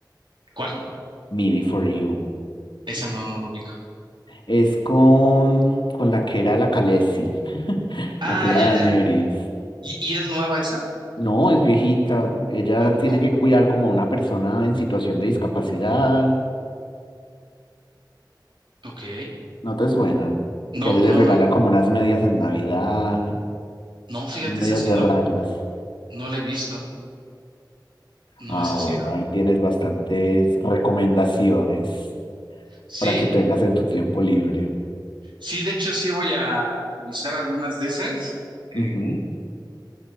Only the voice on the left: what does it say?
Me Before You.
Es con, con la que era la Khaleesi, <laughs>
la que era
Daenerys.
No, es viejita. Ella
tiene que cuidar como a una persona en situación de discapacidad.
¿No te suena?
Que a ella
le regalan
como unas medias en Navidad,
unas medias
de
rayas.
Ah,
bueno,
ahí tienes bastantes recomendaciones
para que tengas en tu tiempo libre.
Ujú.